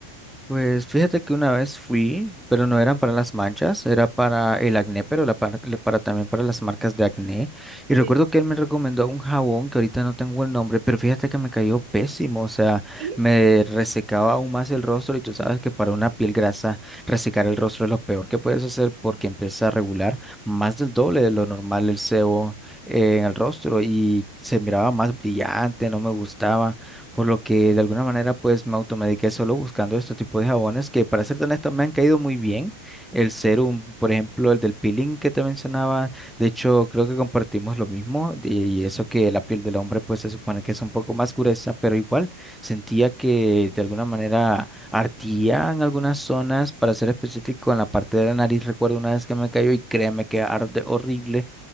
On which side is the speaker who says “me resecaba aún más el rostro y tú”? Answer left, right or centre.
Centre